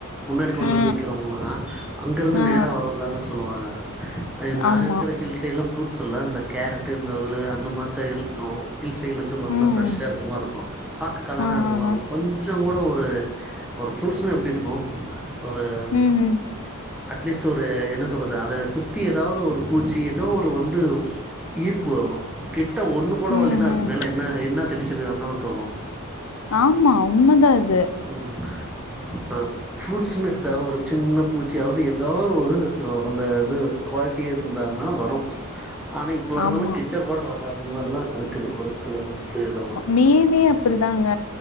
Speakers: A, in the centre; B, on the left (about 70°).
A: முன்னாடி கொண்டு
B: ஆ
A: வந்து விக்கறவங்கள்ளா அங்க இருந்து
B: ஆ ஆ
A: நேரா வர்றதுதாங்கன்னு சொல்லுவாங்க நா
B: ஆமா
A: இருக்கற ஹில் சைட்ல்லா ப்ரூட்ஸ்ஸுல்ல இந்த கேரட் இந்த <unintelligible> அந்த மாரி சைடுல் ஹில் சைட்லந்து வந்தா
B: ம்
A: ஃப்ரெஷ்ஷா இருக்கமாரி இருக்கு பாக்க கலரா
B: ஆ
A: இருக்கமாரி
B: ஆ ஆ
A: இருக்கு கொஞ் சங்கூட ஒரு ஒரு ஃப்ரூடஸ்னா எப்டி இருக்கு ஒரு
B: ம்
A: ம்ச்
B: ம்
A: அட்லீஸ்ட் ஒரு என்ன சொல்றது அத சுத்தி எதாவது ஒரு பூச்சி ஏதோ ஒரு வந்து ஈர்ப்பு வரு கிட்ட ஒண்ணு கூட
B: ம்
A: வல்லைன்னா அதுக்
B: ம்
A: மேல என்ன என்ன தெளிச்சிருகாங்கதான தோணு
B: ஆமா உண்மதா அது
A: ம் ஹலோ ஃப்ரூட்ஸ்னு எடுத்தா ஒரு சின்ன பூச்சியாவ்து ஏதோ ஒரு அந்த இது குவால்ட்டி இருந்தானா வரு ஆனா இப்ப வரதெல்லா
B: ஆமா
A: கிட்ட கூட வராது மாரிதா இருக்குது ஒரு சில புரூட்ஸு இதெல்லா
B: மீனே அப்டிதாங்க